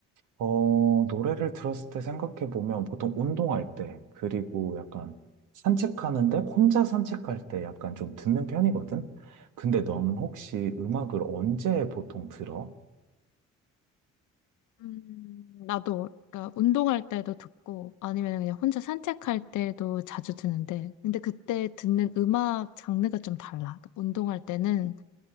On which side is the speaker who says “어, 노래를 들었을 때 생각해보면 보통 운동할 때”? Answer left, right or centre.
Right